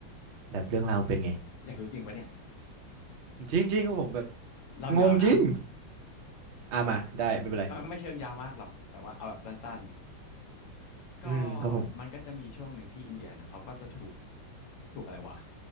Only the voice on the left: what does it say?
อยากดูจริงปะเนี่ย
เล่ายาวนะ
ก็ไม่เชิงยาวมากหรอกแต่ว่าเอาแบบสั้นๆก็
มันก็จะมีช่วงหนึ่งที่อินเดียนะเขาก็จะถูกถูกอะไรวะ